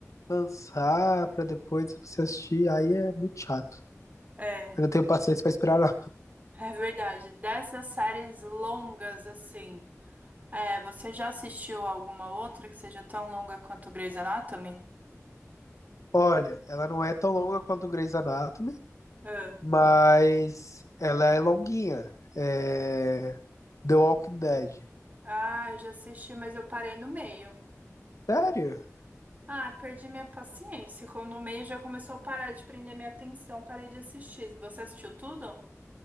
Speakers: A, on the left; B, on the right.
A: lançar pra depois você assistir. Aí é muito chato.
B: É,
A: Eu não tenho paciência pra esperar, não.
B: é verdade. Dessas séries longas assim. É, você já assistiu alguma outra que seja tão longa quanto Grey's Anatomy?
A: Olha, ela não é tão longa quanto o Grey's Anatomy,
B: Ah.
A: mas ela é longuinha. É... The Walking Dead.
B: Ah, eu já assisti, mas eu parei no meio.
A: Sério?
B: Ah, perdi minha paciência. Quando no meio já começou a parar de prender minha atenção, parei de assistir. Você assistiu tudo?